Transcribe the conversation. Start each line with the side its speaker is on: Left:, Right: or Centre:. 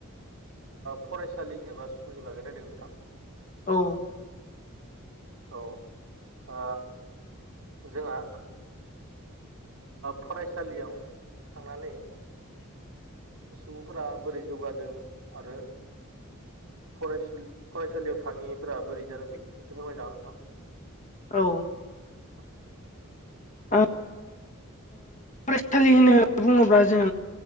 Right: फरायसालि एबा स्कुलनि बागै रायजलायगोन नोंथां।
Left: औ
Right: औ जोंहा फरायसालियाव थांनानै सुबुंफोरा बोरै जौगादों आरो। फरायसालियाव थाङिफोरा बोरै जादों बेखौस'सो फोरमायजागोन नोंथां।
Left: औ
Right: <inaudible>
Left: ओ फरायसालि होनो बुङोब्ला जों